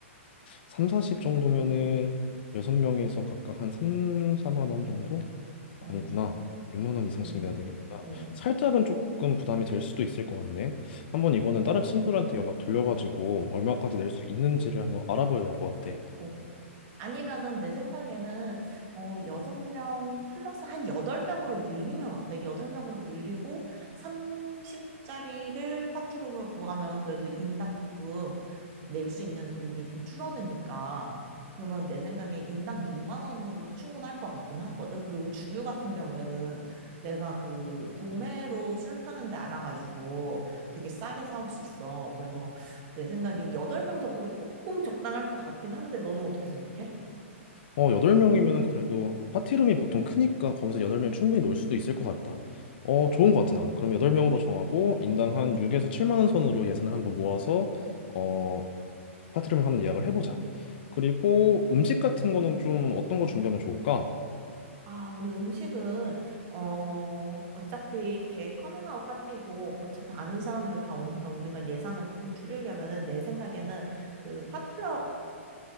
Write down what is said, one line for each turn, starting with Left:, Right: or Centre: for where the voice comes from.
Left: 3, 40 정도면은 6명에서 각각 한 3, 4만 원 정도?
Right: 어,
Left: 아니구나. 6만 원 이상씩
Right: 어,
Left: 내야 되겠구나.
Right: 어.
Left: 살짝은 조금 부담이 될 수도 있을 것 같네. 한번 이거는 다른 친구들한테 연락 돌려가지고 얼마까지 낼 수 있는지를 한번 알아봐야 될 것 같아.
Right: 어. 아니면은 내 생각에는 어 여섯 명 플러스 한 여덟 명으로 늘리면 어때? 여덟 명으로 늘리고 30짜리를 파티룸을 구하면 그래도 인당 조금 낼 수 있는 돈이 좀 줄어드니까 그러면 내 생각에 인당 6만 원으로 충분할 것 같긴 하거든. 그리고 주류 같은 경우에는 내가 그 도매로 술 파는 데 알아가지고 되게 싸게 사올 수 있어. 그래서 내 생각에 8명 정도면 조금 적당할 것 같긴 한데, 너는 어떻게 생각해?
Left: 어, 8명이면은 그래도 파티룸이 보통 크니까 거기서 8명 충분히 놀 수도 있을 것 같다. 어, 좋은 것 같아 나는. 그럼 8명으로 정하고 인당 한 6에서 7만 원 선으로 예산을 한번 모아서 어, 파티룸을 한번 예약을 해보자. 그리고 음식 같은 거는 좀 어떤 거 준비하면 좋을까?
Right: 아, 우리 음식은, 어, 어차피 걔 커밍아웃 파티고, 어차피 아는 사람들 다 오니까 우리가 예산을 조금 줄이려면은, 내 생각에는 그 파트럭처럼